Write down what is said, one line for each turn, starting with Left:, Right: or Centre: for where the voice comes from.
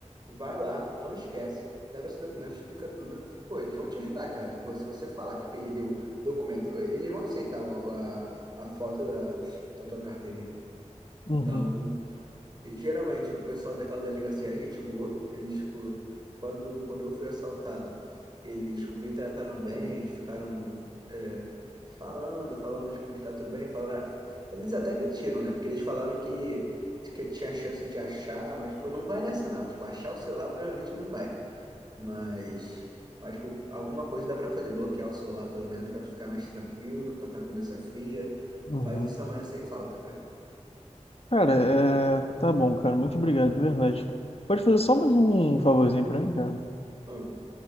Right: Vai lá, não esquece, leva esse documento, explica tudo. Pô, eles vão te ajudar, cara. Se você se você falar que perdeu documento, eles vão aceitar o- a, a foto da, da tua carteirinha.
Left: Uhum,
Right: Então, e, geralmente, o pessoal daquela delegacia é gente boa. Eles, tipo, quando, quando eu fui assaltado, eles, tipo, me trataram bem, eles ficaram é, falando, falando, tipo, que tá tudo bem, falaram... Eles até mentiram, né? Porque eles falaram que, que tinha chance de achar, mas, tipo não vai nessa, não. Tipo, achar o celular provavelmente não vai. Mas, mas, tipo, alguma coisa dá pra fazer. Bloquear o celular, pelo menos, pra tu ficar mais tranquilo, tá com a cabeça fria.
Left: uhum.
Right: Faz isso amanhã sem falta, cara.
Left: Cara, é... tá bom, cara. Muito obrigado, de verdade. Pode fazer só mais um favorzinho pra mim, cara?
Right: Hum,